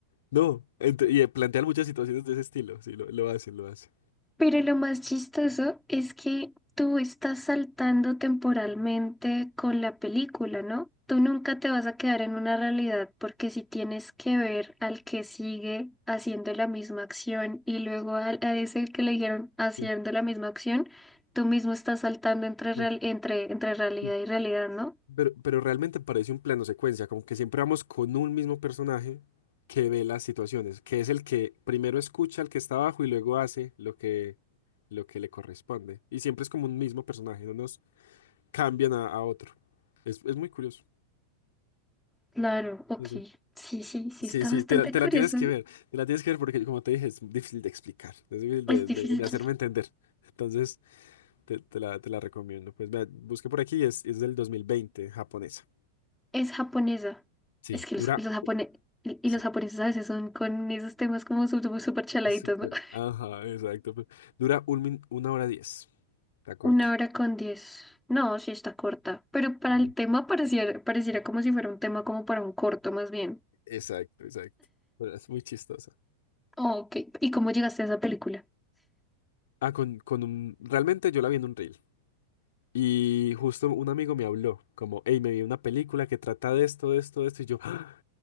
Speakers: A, on the left; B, in the centre.
A: No, ent- y eh, plantean muchas situaciones de ese estilo. Sí, lo, lo hacen, lo hacen.
B: Pero lo más chistoso es que tú estás saltando temporalmente con la película, ¿no? Tú nunca te vas a quedar en una realidad porque si tienes que ver al que sigue haciendo la misma acción y luego al- a ese que le dijeron haciendo
A: Sí,
B: la misma acción, tú mismo estás saltando entre, real-
A: sí.
B: entre, entre realidad
A: sí.
B: y realidad, ¿no?
A: Pero, pero realmente parece un plano secuencia, como que siempre vamos con un mismo personaje que ve las situaciones, que es el que primero escucha al que está abajo y luego hace lo que, lo que le corresponde. Y siempre es como un mismo personaje, no nos cambian a, a otro. Es, es muy curioso.
B: Claro, ok.
A: Sí, sí,
B: Sí, sí, sí,
A: Sí,
B: está
A: sí,
B: bastante
A: te, la te
B: curioso.
A: la tienes que ver, te la tienes que ver porque, como te dije, es difícil de explicar, es difícil de,
B: Es difícil.
A: de- de hacerme entender. Entonces, te, te la, te la recomiendo. Pues vea, busqué por aquí, es, es del 2020, japonesa.
B: es japonesa.
A: Sí.
B: Es que
A: Dura,
B: los, los japone- y y
A: sí.
B: los japoneses a veces son con esos temas como súper súper chaladitos,
A: Es súper.
B: ¿no? <laughs>
A: Ajá, exacto. pues, Dura un min- una hora diez. Está corta.
B: Una hora con diez. No, sí está corta. Pero para
A: Sí.
B: el tema pareciera, pareciera como si fuera un tema como para un corto más bien.
A: Exacto, exacto. Pero es muy chistosa.
B: Ok, ¿y cómo llegaste a esa película?
A: Ah, con, con un... Realmente yo la vi en un reel. Y justo un amigo me habló, como, hey, me vi una película que trata de esto, de esto, de esto. Y yo, "Ah,